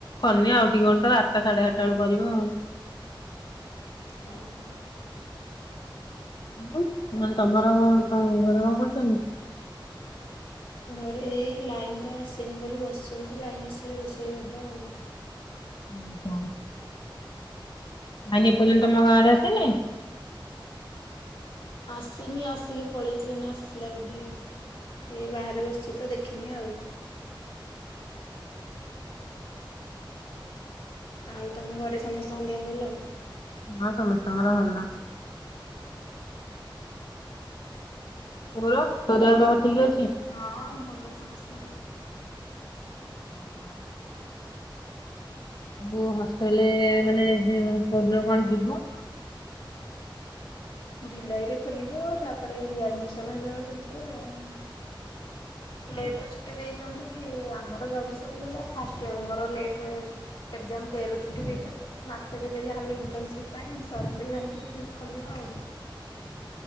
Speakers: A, on the left; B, on the left.
A: କନି ଆଉ ଟିକେ ବେଳୁ ତାର ଆଠଟା ସାଢେ ଆଠଟା ବେଳୁ କରିବ ଆଉ।
B: ଅ ହୋ।
A: ଉଁ ଆଉ ମାନେ ତମର ଉଁ ଘରେ କଣ କରୁଛନ୍ତି?
B: ଘରେ ହେଇ ଲାଇନ ତ ଆସିନି ବୋଲି ବସିଛନ୍ତି ଲାଇନ ଆସିଲେ ରୋଷେଇ ହବ ଆଉ।
A: ଉଁ ହ। ଲାଇନି ଏପର୍ଯ୍ୟନ୍ତ ତମ ଗାଁ ଆଡ଼େ ଆସିନି?
B: ଆସିନି ଆସିକି ପଳେଇଛି ଏଇନା ଆସିଲା ବୋଧେ? ଏଇ ବାହାରେ ବସିଛି ତ ଦେଖିନି ଆଉ। ଆଉ ତମ ଘରେ ସମସ୍ତଙ୍କ ଦେହ ଭଲ?
A: ହଁ ସମସ୍ତଙ୍କର ଭଲ। ତୋର ତୋ ଦେହ ପା ଠିକ୍ ଅଛି?
B: ହଁ ଭଲ ସମସ୍ତଙ୍କର ଅଛି।
A: ଆ ହ। ଆଉ ହଷ୍ଟେଲେ ମାନେ ତୁ କୋଉଦିନ କଣ ଯିବୁ?
B: ଜୁଲାଇ ରେ ଖୋଲିବ ତାପରେ ରିଆଡମିସନ ହେଲା ବେଳୁ ଯିବ ଆଉ। ଲେଟରେ ଛୁଟି ଦେଇଛନ୍ତି। ଆମର ଜଲ୍ଦୀ ସରିଗଲା ଫାଷ୍ଟ ଇୟରଙ୍କର ଲେଟରେ। ଏକ୍ଜାମ ତେର ରୁ ଛୁଟି ଦେଇଛନ୍ତି ମାସେ ଦେବେ ଯାହାହେଲେ ଇଣ୍ଟର୍ନସିପ ପାଇଁ ସରିଲେ ଯାଇଁକି। ଖୋଲିବ ଆଉ